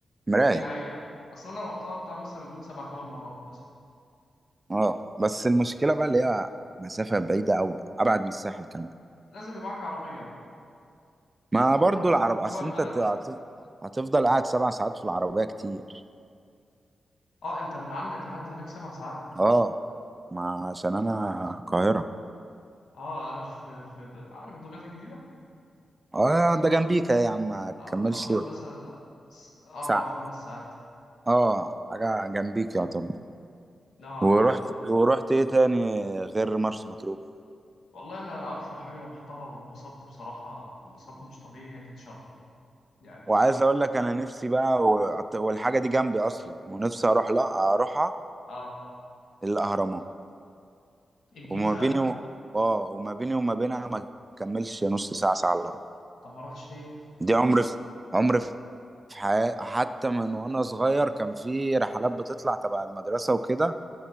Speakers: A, on the right; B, on the left.
A: مراية
B: دي حقيقة أصل أنا رحتها بتاع مثلا نقول سبع تمن مرات مثلا
A: اه بس المشكلة بقى اللي هي مسافة بعيدة أوي أبعد من الساحل كمان
B: لازم يبقى معاك عربية
A: ما برضو
B: حتى
A: العرب أصل
B: جوه البلد
A: أنت هت- هت- هتفضل قاعد سبع ساعات في العربية كتير
B: أه أنت من عندك لحد هناك سبع ساعات
A: اه ما عشان أنا القاهرة
B: أه أنا في في عارف دمياط الجديدة
A: اه ده جنبيك أهي يا عم ما
B: آه
A: تكملش
B: باخد مثلا س- أربع
A: ساعة
B: خمس ساعات
A: اه حاجة جنبيك يعتبر
B: نوعا
A: ورحت
B: ما
A: ورحت ايه تاني غير مرسى مطروح
B: والله أنا أكثر حاجة رحتها واتبسطت بصراحة انبساط مش طبيعي هي كانت شرم يعني
A: وعايز اقول لك انا نفسي بقى و- والحاجه دي جنبي اصلا ونفسي اروح لا اروحها
B: أه
A: الاهرامات
B: الجيزة
A: وما بيني و... اه وما بيني وما بينها ما كملش نص ساعه ساعه الا ربع
B: طب ما رحتش ليه؟
A: دي عمري في عمري في حياتي حتى من وانا صغير كان في رحلات بتطلع تبع المدرسه وكده